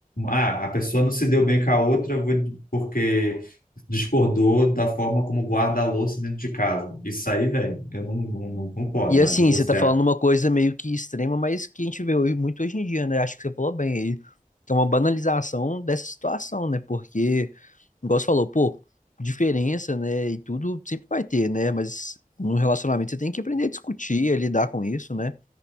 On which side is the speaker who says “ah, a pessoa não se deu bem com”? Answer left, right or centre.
Left